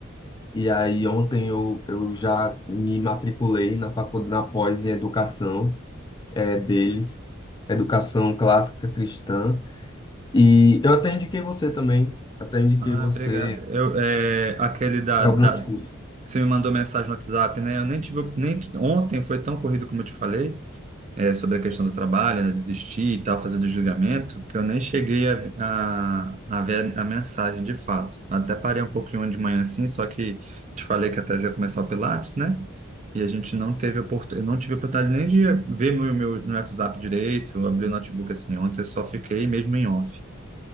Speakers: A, on the left (about 20°); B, on the right (about 35°).
A: E aí ontem eu, eu já me matriculei na faculdade, na pós em educação, eh, deles, educação clássica cristã. E eu até indiquei você também, até indiquei
B: Ah,
A: você
B: obrigado. Eu, é, aquele da,
A: para
B: da,
A: alguns cursos.
B: Você me mandou mensagem no WhatsApp, né? Eu nem tive, nem ontem foi tão corrido como eu te falei, é, sobre a questão do trabalho, né? Desistir e tal, fazer desligamento, que eu nem cheguei a, a, a ver a mensagem de fato. Até parei um pouquinho de manhã assim, só que te falei que a Thais ia começar o Pilates, né? E a gente não teve oportunidade, eu não tive oportunidade nem de ver meu, meu, meu WhatsApp direito, eu abri o notebook assim. Ontem eu só fiquei mesmo em off.